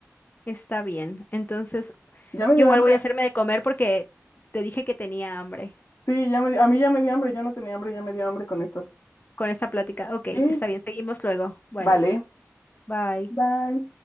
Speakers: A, on the left (about 35°); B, on the left (about 65°).
A: Está bien. Entonces,
B: Ya me dio
A: yo igual
B: hambre
A: voy a hacerme de comer porque te dije que tenía hambre
B: Sí, ya me, di- a mí ya me dio hambre, yo no tenía hambre, ya me dio hambre con esto.
A: con esta plática. Ok,
B: Sí,
A: está bien, seguimos luego. Bueno,
B: vale,
A: bye.
B: bye.